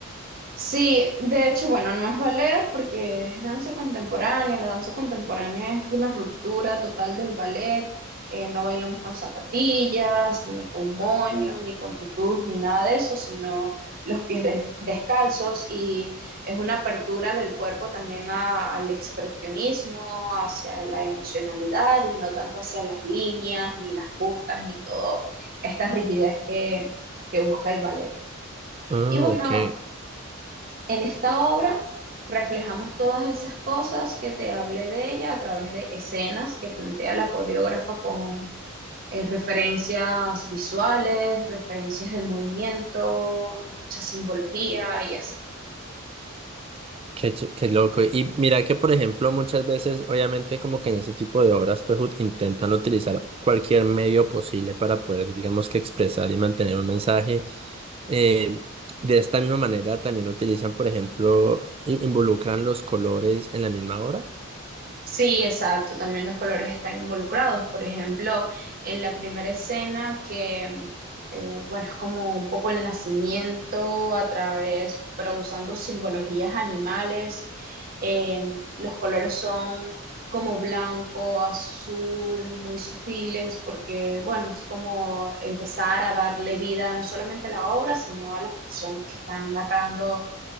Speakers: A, on the right; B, on the right.
A: Sí, de hecho, bueno, no es ballet porque es danza contemporánea. La danza contemporánea es una ruptura total del ballet. Eh, no bailamos con zapatillas, ni con moño, ni con tutús, ni nada de eso, sino los pies del- descalzos y es una apertura del cuerpo también a- al expresionismo, hacia la emocionalidad y no tanto hacia las líneas, ni las puntas, ni toda esta rigidez que que busca el ballet.
B: Ah,
A: Y bueno,
B: ok.
A: en esta obra reflejamos todas esas cosas que te hablé de ella a través de escenas que plantea la coreógrafa con eh, referencias visuales, referencias de movimiento, mucha simbología y así.
B: Qué, ch- qué loco. Y mira que, por ejemplo, muchas veces, obviamente, como que en ese tipo de obras, pues ut- intentan utilizar cualquier medio posible para poder, digamos que expresar y mantener un mensaje. Eh, de esta misma manera, también utilizan, por ejemplo, i- involucran los colores en la misma obra.
A: Sí, exacto, también los colores están involucrados. Por ejemplo, en la primera escena que, mm, eh, bueno, es como un poco el nacimiento a través, pero usando simbologías animales, eh, los colores son como blanco, azul, muy sutiles, porque, bueno, es como empezar a darle vida no solamente a la obra, sino a las personas que están narrando,